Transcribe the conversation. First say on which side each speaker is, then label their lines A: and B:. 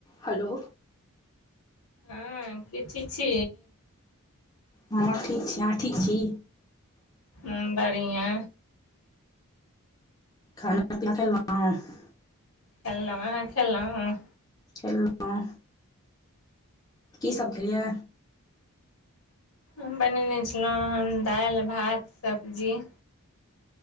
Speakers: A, on the left (about 15°); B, on the left (about 70°).
A: Hello
B: हँ की ठिक छी।
A: हँ ठीक छी अहाँ ठीक छी।
B: हूॅं बढ़िया
A: खाना पीना खेलंउ और स
B: खेलउं अहाँ खेलउं?
A: खेलौं। की सभ खेलियै
B: हम बनेने छलहुँ हन दालि, भात, सब्जी